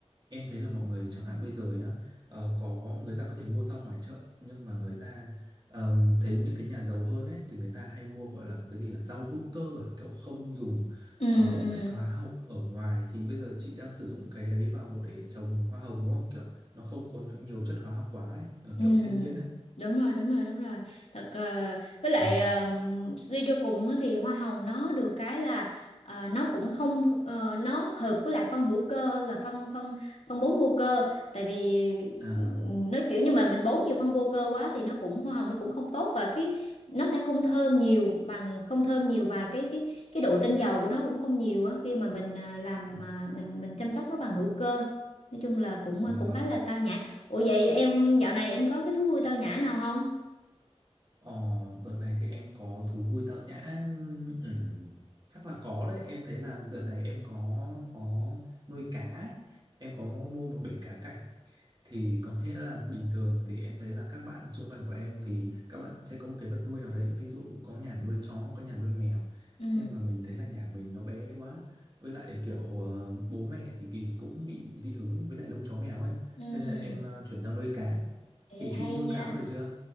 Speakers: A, on the right; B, on the left.
A: em thấy là mọi người chẳng hạn bây giờ nhá, ờ, có người ta có thể mua rau ngoài chợ nhưng mà người ta ờm, thấy những cái nhà giàu hơn ấy thì người ta hay mua gọi là cái gì ở rau hữu cơ à, kiểu không dùng
B: ừ
A: ờ,
B: ừ
A: chất hóa học ở ngoài thì bây giờ chị đang sử dụng cái đấy vào để trồng hoa hồng đúng không? Kiểu nó không có nhiều chất hóa học quá ấy, ờ,
B: Ừ,
A: kiểu thiên nhiên ấy.
B: đúng rồi, đúng rồi, đúng rồi. Thật ờ, với
A: Ờ,
B: lại ờ, suy cho cùng á, thì hoa hồng nó được cái là ờ, nó cũng không ờ, nó hợp với lại phân hữu cơ hơn là phân phân phân bón vô cơ. Tại vì
A: à,
B: ừ, nó kiểu như mà mình bón nhiều phân vô cơ quá thì nó cũng hoa hồng nó cũng không tốt và cái nó sẽ không thơm nhiều bằng không thơm nhiều và cái cái cái độ tinh dầu của nó cũng không nhiều á khi mà mình ờ, làm
A: ừ.
B: ờ, mình mình chăm sóc nó bằng hữu cơ. Nói chung là cũng
A: dạ
B: à, cũng
A: vâng.
B: khá là tao nhã Ủa vậy em dạo này em có cái thú vui tao nhã nào không?
A: Ờ, đợt này thì em có thú vui tạo nhã ừm, chắc là có đấy em thấy là đợt này em có có nuôi cá ấy. em có mua một bể cá cảnh thì có nghĩa là bình thường thì em thấy là các bạn xung quanh của em thì các bạn sẽ có một cái vật nuôi nào đấy ví dụ có nhà nuôi chó có nhà nuôi mèo
B: Ừ,
A: nhưng mà mình thấy là nhà mình nó bé quá với lại kiểu ờ, bố mẹ thì kỳ cũng bị dị ứng với lại lông chó mèo ấy
B: ừ,
A: thế nên là em ờ, chuyển sang nuôi cá
B: Ê,
A: thì
B: hay
A: chuyện nuôi
B: nha.
A: cá rồi chưa